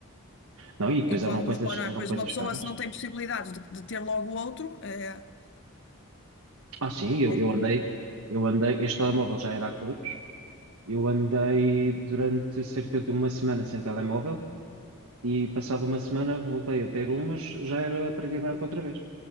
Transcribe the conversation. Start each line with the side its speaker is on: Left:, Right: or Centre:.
Right: Não, e depois
Left: E quando
Right: eram coisas,
Left: nos dói, não
Right: eram
Left: é? Pois
Right: coisas
Left: uma pessoa,
Right: caras.
Left: se não tem possibilidades de, de ter logo outro, é,
Right: Ah, sim, eu,
Left: é
Right: eu
Left: triste.
Right: andei, eu andei, este telemóvel já era a cores, eu andei durante cerca de uma semana sem telemóvel e passado uma semana voltei a ter um, mas já era a preto e branco outra vez,